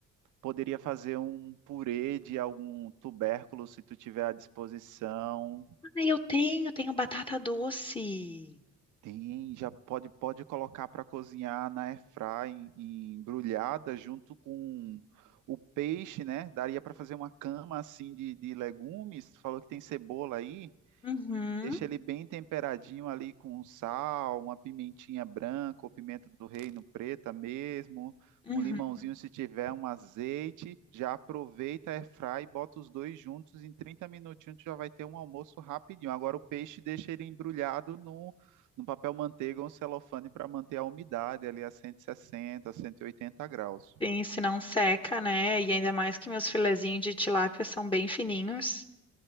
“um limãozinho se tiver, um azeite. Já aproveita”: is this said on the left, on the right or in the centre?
Right